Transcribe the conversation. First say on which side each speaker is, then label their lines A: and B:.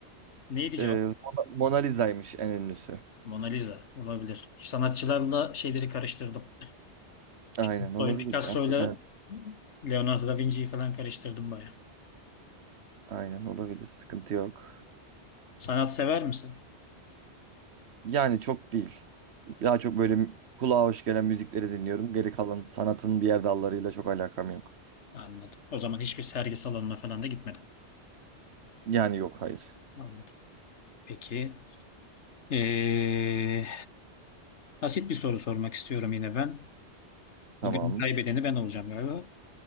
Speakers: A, on the left (about 85°); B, on the right (about 70°).
A: Neydi cevap?
B: Ee, Mona Mona Lisa'ymış en ünlüsü.
A: Mona Lisa olabilir. Sanatçılarla şeyleri karıştırdım.
B: Aynen
A: <laughs>
B: olabilir
A: Böyle Picasso'yla
B: ya. Evet.
A: Leonardo da Vinci'yi falan karıştırdım bayağı.
B: Aynen olabilir. Sıkıntı yok.
A: Sanat sever misin?
B: Yani çok değil. Daha çok böyle kulağa hoş gelen müzikleri dinliyorum. Geri kalan sanatın diğer dallarıyla çok alakam yok.
A: Anladım. O zaman hiçbir sergi salonuna falan da gitmedim.
B: Yani yok hayır.
A: Anladım. Peki. Ee, basit bir soru sormak istiyorum yine ben.
B: Tamam.
A: Bugün kaybedeni ben olacağım galiba.